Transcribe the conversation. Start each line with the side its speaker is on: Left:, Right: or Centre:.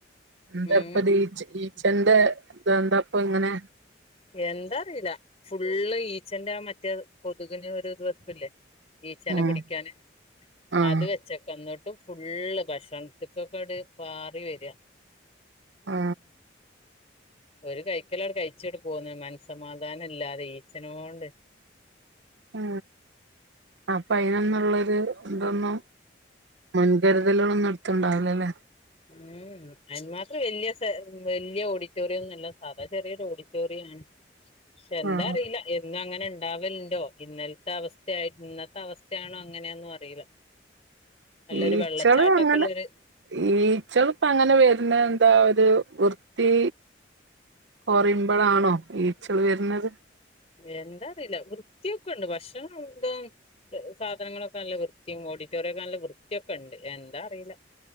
Right: എന്താ
Left: ഉം
Right: ഇപ്പഇത്‌ ഈ ഈച്ചന്റെ ഇത് എന്താ ഇപ്പാ ഇങ്ങനെ
Left: എന്താറിയില്ല ഫുള്ള് ഈച്ചന്റെ മറ്റേ കൊതുകിന് ഒരു ഇത് വെക്കില്ലേ ഈച്ചനെ
Right: ഉം
Left: പിടിക്കാന്
Right: ആഹ്
Left: അത് വെച്ചക്കെ എന്നി ഫുള്ള് ഭക്ഷണത്തിക്കൊക്കെടി പാറി വര്യാ
Right: ആ
Left: ഒരു കൈക്കില കഴിച്ചിട്ട് പോന്നു മനസ്സമാധാനം ഇല്ലാതെ ഈച്ചന കൊണ്ട്
Right: ഉ അപ്പൊ അയിനന്നുള്ളോരു ഇന്തൊന്നും മുൻകരുതലുകളൊന്നും എടുത്തണ്ടാവിലല്ലേ
Left: ഉം അന് മാത്രം വെല്യ സ വെല്യ ഓഡിറ്റോറിയം ഒന്നുംല്ല സാദാ ചെറിയൊരു ഓഡിറ്റോറിയം ആണ് പക്ഷെ എന്താ
Right: ആഹ്
Left: അറിയില്ല എന്നും അങ്ങനെ ഉണ്ടാവലുണ്ടോ ഇന്നലത്തെ അവസ്ഥയായി ഇന്നത്തെ അവസ്ഥയാണോ അങ്ങനെയൊന്നും അറിയില്ല നല്ലൊരു
Right: ഈച്ചള്
Left: വെള്ളച്ചാട്ടൊക്കെ
Right: അങ്ങനെ
Left: ഉള്ളൊരു
Right: ഈ ഈച്ചളിപ്പ അങ്ങനെ വരുന്നത് എന്താ ഒരു വൃത്തി കൊറയുമ്പോളാണോ ഈച്ചകൾ വരുന്നത്
Left: എന്താ അറിയില്ല വൃത്തിയൊക്കെ ഉണ്ട് ഭക്ഷണം എന്തോ സാധനങ്ങളൊക്കെ നല്ല വൃത്തിയും ഓഡിറ്റോറിയം ഒക്കെ നല്ല വൃത്തിയൊക്കെ ഒണ്ട് എന്താ അറിയില്ല